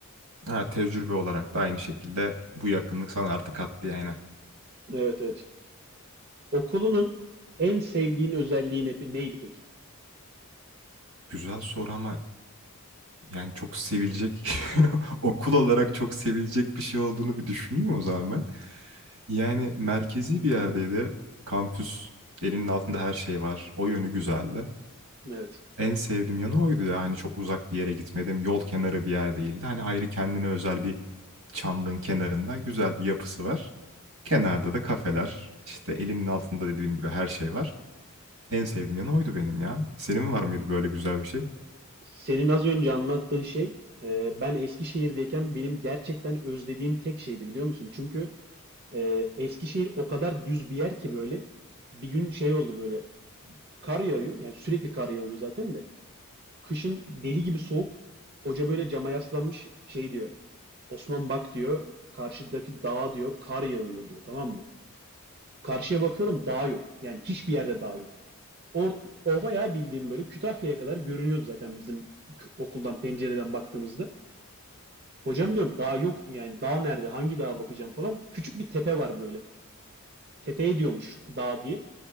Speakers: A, on the right; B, on the right.
A: Ha, tecrübe olarak da aynı şekilde bu yakınlık sana artık attı yani.
B: Evet evet. Okulunun en sevdiğin özelliği ne- neydi peki?
A: Güzel soru ama Yani çok sevilecek <laughs> okul olarak çok sevilecek bir şey olduğunu bir düşüneyim o zaman ben. Yani merkezi bir yerdeydi. Kampüs elinin altında her şey var. O yönü güzeldi.
B: Evet.
A: En sevdiğim yanı oydu ya. Hani çok uzak bir yere gitmedim. Yol kenarı bir yer değildi. Hani ayrı kendine özel bir çamlığın kenarında güzel bir yapısı var. Kenarda da kafeler. İşte elinin altında dediğim gibi her şey var. En sevdiğim yanı oydu benim ya. Senin var mıydı böyle güzel bir şey?
B: Senin az önce anlattığın şey e, ben Eskişehir'deyken benim gerçekten özlediğim tek şeydi biliyor musun? Çünkü e, Eskişehir o kadar düz bir yer ki böyle bir gün şey oldu böyle kar yağıyor yani sürekli kar yağıyor zaten de kışın deli gibi soğuk hoca böyle cama yaslanmış şey diyor Osman bak diyor karşıdaki dağa diyor kar yağıyor diyor tamam mı? Karşıya bakıyorum dağ yok. Yani hiçbir yerde dağ yok. Or ova ya bildiğim böyle Kütahya'ya kadar görünüyordu zaten bizim okuldan pencereden baktığımızda. Hocam diyorum dağ yok yani dağ nerede hangi dağa bakacağım falan. Küçük bir tepe var böyle. Tepeye diyormuş dağ diye.